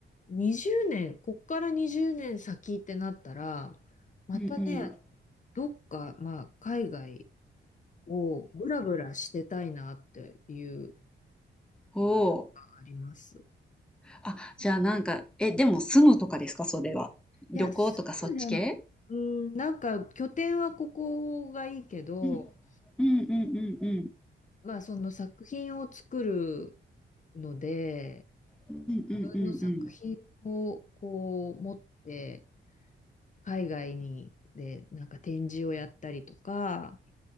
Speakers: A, on the left (about 40°); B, in the centre.
A: 20年、こっから20年先ってなったら、またね、
B: うんうん。
A: どっか、まあ、海外をブラブラしてたいなっていうのが
B: おお。
A: あります。
B: あ、じゃあなんか、え、でも住むとかですか、それは。旅行とかそっち系
A: いや、そうじゃん、うん、なんか拠点はここがいいけど、
B: うん。うんうんうんうん。
A: まあその作品を作るので、
B: うんうんうん
A: 自分の作品をこう持って、海外に、で、なんか展示をやったりとか、